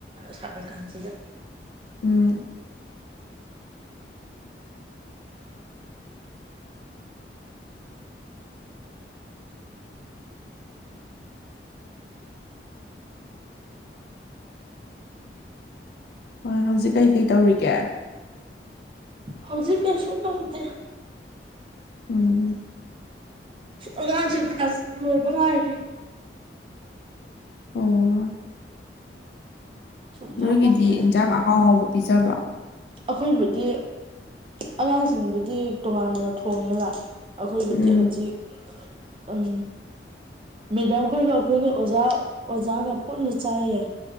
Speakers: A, on the right; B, on the left.
A: ꯁꯥꯔ ꯀꯥꯟꯁꯤꯗ
B: ꯎꯝ ꯍꯣꯏ ꯍꯧꯖꯤꯛ ꯀꯩꯀꯩ ꯇꯧꯔꯤꯒꯦ
A: ꯍꯧꯖꯤ ꯀ ꯌꯁꯀꯟꯕꯗꯦ
B: ꯎꯝ
A: ꯑꯉꯥꯡꯁꯨ ꯀ꯭ꯂꯥꯁ ꯂꯣꯏꯕ ꯉꯥꯏꯔꯦ
B: ꯑꯣ
A: ꯁꯨꯝ
B: ꯅꯣꯏꯒꯤꯗꯤ
A: ꯐꯝꯃꯝꯕꯅꯦ
B: ꯏꯟꯁꯥꯡ ꯑꯍꯥꯎ ꯑꯍꯥꯎꯕ ꯄꯤꯖꯕ꯭ꯔꯣ
A: ꯑꯩꯈꯣꯏꯕꯨꯗꯤ ꯑꯉꯥꯡꯁꯤꯡꯕꯨꯗꯤ ꯇꯣꯉꯥꯟꯅ ꯊꯣꯡꯉꯦꯕ ꯑꯩꯈꯣꯏꯕꯨꯗꯤ
B: ꯎꯝ
A: ꯍꯧꯖꯤꯛ ꯎꯝ ꯃꯦꯗꯥꯝꯈꯣꯏꯒ ꯑꯩꯈꯣꯏꯒꯤ ꯑꯣꯖꯥ ꯑꯣꯖꯥꯒ ꯄꯨꯟꯅ ꯆꯥꯏꯌꯦ